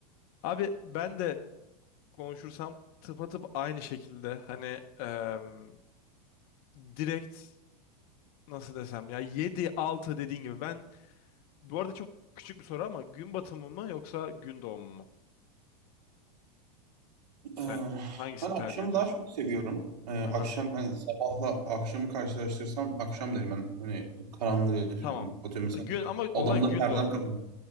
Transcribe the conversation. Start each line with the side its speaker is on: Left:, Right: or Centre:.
Left: Abi ben de konuşursam tıpatıp aynı şekilde hani em, direkt nasıl desem ya 7 6 dediğin gibi ben bu arada çok küçük bir soru ama gün batımı mı yoksa gün doğumu mu? Sen
Right: Ee,
Left: hangisini
Right: ben akşamı
Left: tercih ediyorsun?
Right: daha çok seviyorum. Ee, akşam
Left: Aha.
Right: hani sabahla akşamı karşılaştırsam akşam derim ben hani karanlığı
Left: Tamam.
Right: atıyorum mesela
Left: Gün ama olay
Right: odamda
Left: gün
Right: perdem
Left: doğumu.
Right: kapalı.